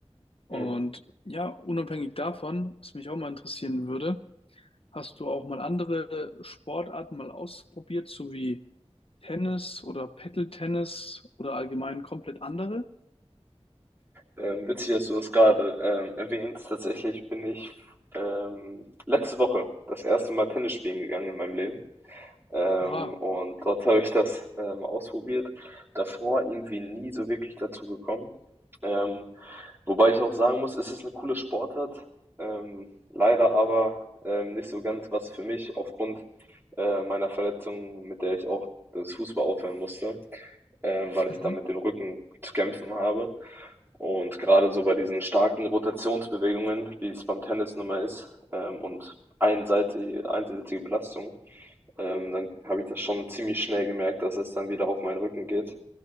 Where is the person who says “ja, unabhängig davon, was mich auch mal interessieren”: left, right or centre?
Left